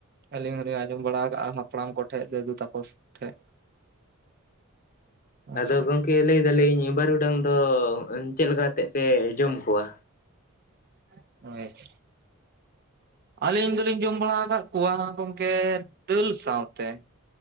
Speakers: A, on the right (about 45°); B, on the left (about 40°).
A: ᱟᱹᱞᱤᱧ ᱦᱚᱸᱞᱤᱧ ᱟᱸᱡᱚᱢ ᱵᱟᱲᱟ ᱠᱟᱜᱼᱟ ᱦᱟᱯᱲᱟᱢ ᱠᱚᱴᱷᱮᱡ ᱫᱟᱹᱫᱩ ᱛᱟᱠᱚ ᱴᱷᱮᱡ ᱦᱮᱸᱥᱮ
B: ᱟᱫᱚ ᱜᱚᱝᱠᱮ ᱞᱟᱹᱭ ᱫᱟᱞᱤᱧ ᱵᱟᱹᱨᱩᱰᱟᱝ ᱫᱚ ᱪᱮᱫ ᱞᱮᱠᱟ ᱠᱟᱛᱮᱫ ᱯᱮ ᱡᱚᱢ ᱠᱚᱣᱟ?
A: <unintelligible> ᱟᱹᱞᱤᱧ ᱫᱚᱞᱤᱧ ᱡᱚᱢ ᱵᱟᱲᱟ ᱟᱠᱟᱫ ᱠᱚᱣᱟ ᱜᱚᱝᱠᱮ ᱫᱟᱹᱞ ᱥᱟᱶᱛᱮ ᱾